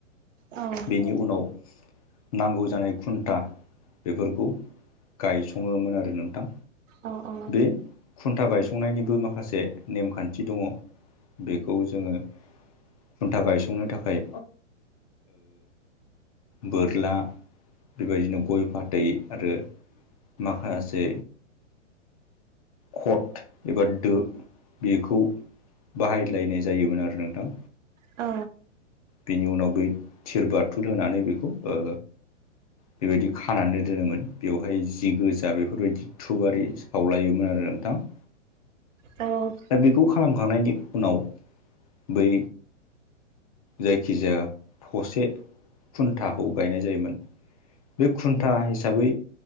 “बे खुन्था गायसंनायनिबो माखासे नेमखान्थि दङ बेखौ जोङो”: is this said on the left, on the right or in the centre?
Left